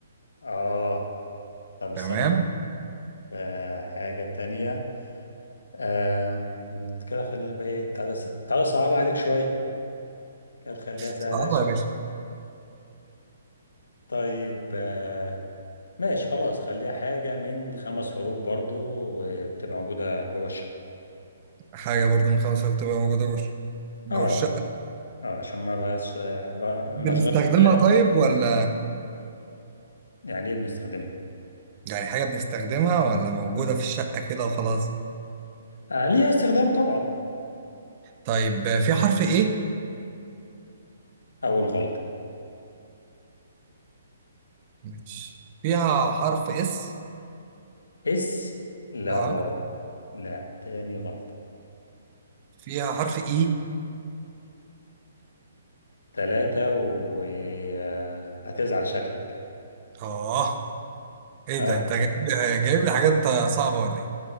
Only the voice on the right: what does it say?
تمام
صعبة
يا باشا
حاجة برضو من خمس حروف تبقى موجودة جوه الش- جوه
الشقة
بنستخدمها
طيب ولا
يعني حاجة بنستخدمها ولا موجودة في الشقة كده وخلاص
طيب في حرف ايه
مش فيها حرف اس
اه
فيها حرف اي
اه ايه
ده انت جايب جايب لي حاجات صعبة ولا ايه